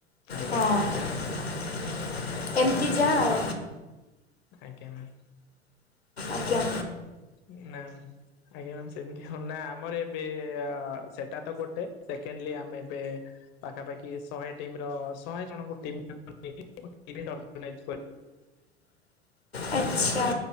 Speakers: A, on the left; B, on the left.
A: ଆଜ୍ଞା
B: ହଁ
A: ଆଜ୍ଞା
B: ଏମତି ଯା ଆଉ।
A: ଆଜ୍ଞା ମ୍ୟାମ।
B: ଆଜ୍ଞା
A: ହୁଁ ନା। ଆଜ୍ଞା ମ୍ୟାମ୍ ସେମିତି ହ। ନା ଆମର ଏବେ ସେଟା ତ ଗୋଟେ ସେକେଣ୍ଡଲି ଆମେ ଏବେ। ପାଖାପାଖି ଶହେ ଟିମ ର ଶହେ ଜଣଙ୍କୁ ଟିମ୍ ମେମ୍ବର ନେଇକି ଗୋଟେ ଇଭଣ୍ଟ ଅର୍ଗାନାଇଜ କରି।
B: ଆଚ୍ଛା।